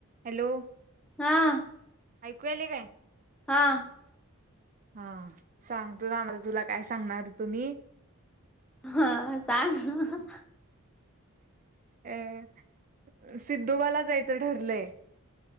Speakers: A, on the right (about 35°); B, in the centre.
A: Hello
B: हां
A: ऐकूयले काय?
B: हां
A: हा सांगतो थांब तुला काय सांगणार हो तु मी.
B: हा सांग
A: अ सिद्धोबाला जायचं ठरलंय.